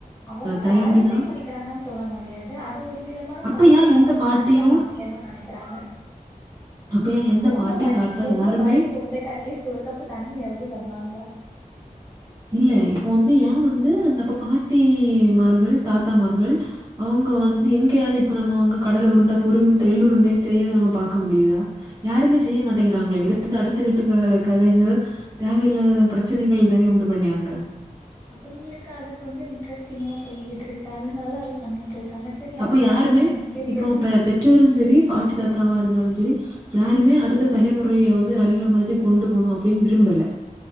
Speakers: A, on the left; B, on the right.
A: அவுங்க
B: தயங்கி
A: வேல செய்ய
B: தான்
A: முடிக்கிறாங்கன்னு சொல்ல முடியா து அது ஒரு விதமான
B: அப்ப
A: பாசத்த
B: ஏன்
A: அவுங்க
B: எந்த
A: ஸ்நேக்ஸ்ல
B: பாட்டியும்
A: காமிக்கணும்னு நினைக்கறாங்க
B: அப்ப ஏன் எந்த
A: உங்க பாட்டி
B: தாத்தா
A: உங்க
B: யாருமே
A: பாட்டி உங்களுக்கு அட்லீஸ்ட் ஒரு கப்பு தண்ணியாவது தந்தாங்களா
B: இல்ல இப்போ வந்து ஏ வந்து அந்த அப்ப பாட்டிமார்கள் தாத்தாமார்கள் அவுங்க வந்து எங்கையாவது இப்ப நம்ம அவுங்க கடல உருண்டை பொறி உருண்ட எள்ளு உருண்டன்னு செய்யறது நம்ம பாக்க முடியுதா யாருமே செய்ய மாட்டேங்கிறாங்களே இருந்தா அடுத்த வீட்டு கதைகள் தேவையில்லாத பிரச்சனைகள் தானே உண்டு பண்ணியாங்க
A: அவுங்களுக்கு அது கொஞ்சோ இன்ட்ரெஸ்டிங்கா போயிகிட்டு இருக்கு அதனால அத பண்ணிட்டு இருக்காங்க சரி
B: அப்ப
A: அவங்க
B: யாருமே
A: ஆசைய நம்ம ஏன் கெடுக்கணு
B: இப்போ பெற்றோரும் சரி பாட்டி தாத்தாவா இருந்தாலும் சரி யாருமே அடுத்த தலைமுறைய வந்து நல்ல மாதிரி கொண்டு போணு அப்படின்னு விரும்பல